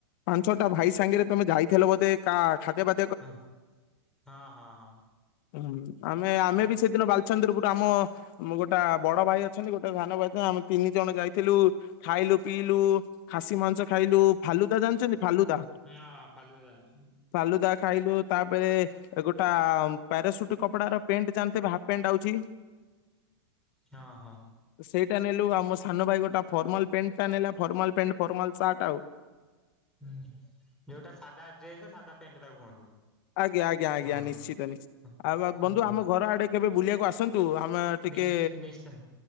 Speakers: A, on the left; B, in the centre.
A: ପାଞ୍ଚ ଛଟା ଭାଇ ସାଙ୍ଗରେ ତମେ ଯାଇଥିଲ ବୋଧେ କା ଖାଦ୍ୟ ପା
B: ହୁଁ ହଁ ହଁ ହଁ।
A: ହୁଁ ଆମେ ଆମେ
B: ସେ
A: ବି ସେଦିନ ବାଲଚନ୍ଦ୍ର ପୁରୁ ଆମ। ଆମ ଗୋଟେ ବଡ ଭାଇ ଅଛନ୍ତି ଗୋଟେ ସାନ ଭାଇଛନ୍ତି ଆମେ ତିନି ଜଣ ଯାଇଥିଲୁ ଖାଇଲୁ। ପିଇଲୁ ଖାସି ମାଂସ ଖାଇଲୁ ଫାଲୁଦା ଜାଣିଛନ୍ତି ଫାଲୁଦା।
B: ହଁ ଫାଲୁଦା ଜାଣିଛି
A: ଫାଲୁଦା ଖାଇଲୁ ତାପରେ। ଏ ଗୋଟା ପ୍ୟାରାସୁଟ କପଡାର ପେଣ୍ଟ ଜାଣିଥିବେ ହାଫ ପେଣ୍ଟ ଆଉଛି।
B: ହଁ ହଁ।
A: ସେଇଟା ନେଲୁ ଆଉ ମୋ ସାନ ଭାଇ ଗୋଟେ ଫର୍ମାଲ ପେଣ୍ଟ ଟା ନେଲା ଫର୍ମାଲ ପେଣ୍ଟ ଫର୍ମାଲ ସାର୍ଟ ଆଉ।
B: ହୁଁ ଯୋଉଟା ସାଧା ଡ୍ରେସ ସାଧା ପେଣ୍ଟ ତାକୁ କୁହନ୍ତି।
A: ଆଜ୍ଞା ଆଜ୍ଞା ଆଜ୍ଞା
B: ହଁ
A: ନିଶ୍ଚିତ ନିଶ୍ଚି
B: ହଁ
A: ଆଉ ଆ ବନ୍ଧୁ
B: ହଁ
A: ଆମ ଘର ଆଡେ କେବେ ବୁଲିବାକୁ ଆସନ୍ତୁ ଆ ମା ଟିକେ,
B: ନିଶ୍ଚୟ ନିଶ୍ଚୟ